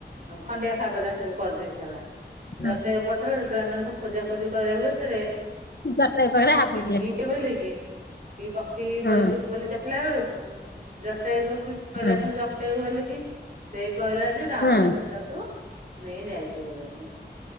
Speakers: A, on the right (about 50°); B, on the left (about 65°).
A: ଖଣ୍ଡିଆ ଖାବରା ସବୁ କରିଦେଇଥିଲା। ଜଟାୟୁ
B: ହଁ
A: ପଡ଼ିଥିଲା ଯେତେବେଳେ ଏମାନେ ଖୋଜାଖୋଜି କରିବା ଭିତରେ
B: ଜଟାୟୁ
A: <unintelligible>
B: ପାଖରେ ହାବୁଡ଼ିଲେ।
A: କି ପକ୍ଷୀ
B: ହଁ
A: ପଡିଛି ବୋଲି ଦେଖିଲା ବେଳକୁ ଜଟାୟୁ ପକ୍ଷୀ କହିଲା
B: ହଁ
A: ଯେ ମୁଁ ଜ ଜଟାୟୁ ବୋଲିକି ସେଇ କହିଲା ଯେ ରାବଣ
B: ହଁ
A: ସୀତାକୁ ନେଇ ଯାଇଛିି ବୋଲି କି